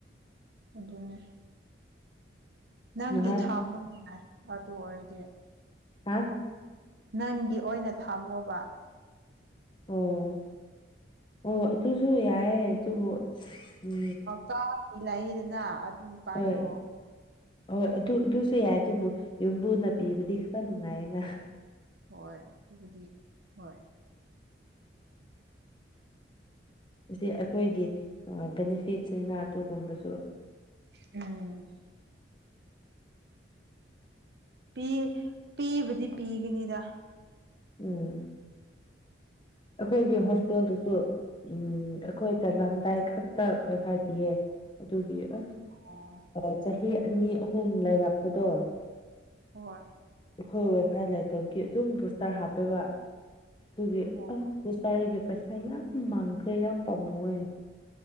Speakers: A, on the right; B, on the left.
A: ꯑꯗꯨꯅꯦ ꯅꯪꯒꯤ
B: ꯅꯍꯥꯟ
A: ꯊꯥ ꯃꯅꯤ ꯌꯥꯏ ꯊꯥꯗꯨ ꯑꯣꯏꯔꯗꯤ
B: ꯍꯨꯝ
A: ꯅꯪꯒꯤ ꯑꯣꯏꯅ ꯊꯝꯃꯣꯕ
B: ꯑꯣ ꯑꯣ ꯑꯗꯨꯁꯨ ꯌꯥꯏꯑꯦ ꯑꯗꯨꯕꯨ ꯎꯝ
A: ꯀꯥ ꯇꯤꯅꯩꯗꯅ ꯑꯗꯨ ꯄꯥꯏꯌꯣ
B: ꯎꯝ ꯍꯣꯏ ꯑꯗꯨ ꯑꯗꯨꯁꯨ ꯌꯥꯏ ꯑꯗꯨꯕꯨ ꯌꯨꯝꯕꯨꯅ ꯄꯤꯕꯗꯤ ꯈꯅꯨꯉꯥꯏꯌꯦꯅ
A: ꯍꯣꯏ ꯑꯗꯨꯕꯨꯗꯤ ꯍꯣꯏ
B: ꯁꯤꯗꯤ ꯑꯈꯣꯏꯒꯤ ꯕꯦꯅꯤꯐꯤꯠꯁꯤꯅ ꯑꯗꯨꯒꯨꯝꯕꯁꯨ
A: ꯑꯝ ꯄꯤ ꯄꯤꯕꯗꯤ ꯄꯤꯒꯅꯤꯗ
B: ꯎꯝ ꯑꯈꯣꯏꯒꯤ ꯍꯣꯁꯇꯦꯜꯗꯁꯨ ꯎꯝ ꯑꯈꯣꯏ ꯆꯠꯂꯝꯗꯥꯏ ꯈꯛꯇ ꯂꯐꯥꯏ ꯄꯌꯦ ꯑꯗꯨꯒꯤ ꯑꯁ
A: ꯑꯣ
B: ꯑ ꯆꯍꯤ ꯑꯅꯤ ꯑꯍꯨꯝ ꯂꯩꯔꯛꯄꯗꯣ
A: ꯍꯣꯏ
B: ꯑꯩꯈꯣꯏ ꯋꯥꯏ ꯐꯥꯏ ꯂꯩꯇꯕꯒꯤ ꯑꯗꯨꯝ ꯕꯨꯁꯇꯔ ꯍꯥꯞꯄꯦꯕ ꯑꯗꯨꯒꯤ
A: ꯑꯣ
B: ꯑꯁ ꯕꯨꯁꯇꯔꯒꯤ ꯄꯩꯁꯥ ꯌꯥꯝ ꯃꯥꯡꯈ꯭ꯔꯦ ꯌꯥꯝ ꯄꯥꯝꯃꯨꯑꯦ